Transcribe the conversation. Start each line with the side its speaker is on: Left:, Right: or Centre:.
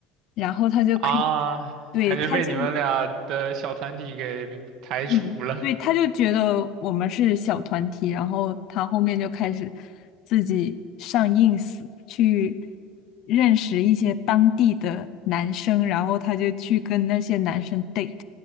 Left: 然后他就可以，
Right: 啊，
Left: 对，
Right: 感觉被你们俩的小团体给排除了。
Left: 他就，嗯，对，他就觉得我们是小团体，然后他后面就开始自己上 ins 去认识一些当地的男生，然后他就去跟那些男生 date，